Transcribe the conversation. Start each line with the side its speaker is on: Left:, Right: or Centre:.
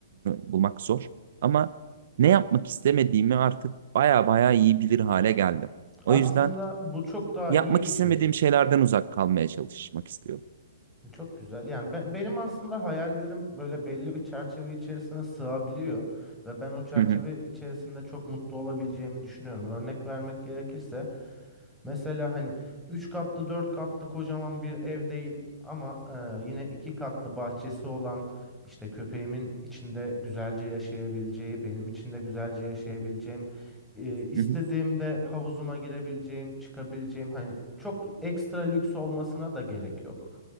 Right: bulmak zor. Ama ne yapmak istemediğimi artık baya baya iyi bilir hale geldim.
Centre: Aslında
Right: O yüzden
Centre: bu çok daha
Right: yapmak
Centre: iyi bir
Right: istemediğim
Centre: şey.
Right: şeylerden uzak kalmaya çalışmak istiyorum.
Centre: Çok güzel. Yani be- benim aslında hayallerim böyle belli bir çerçeve içerisine sığabiliyor ve ben o çerçeve
Right: Hı hı,
Centre: içerisinde çok mutlu olabileceğimi düşünüyorum. Örnek vermek gerekirse mesela hani 3 katlı 4 katlı kocaman bir ev değil ama e, yine 2 katlı bahçesi olan işte köpeğimin içinde güzelce yaşayabileceği, benim içinde güzelce yaşayabileceğim, e, istediğimde
Right: hı hı,
Centre: havuzuma girebileceğim, çıkabileceğim hani çok ekstra lüks olmasına da gerek yok.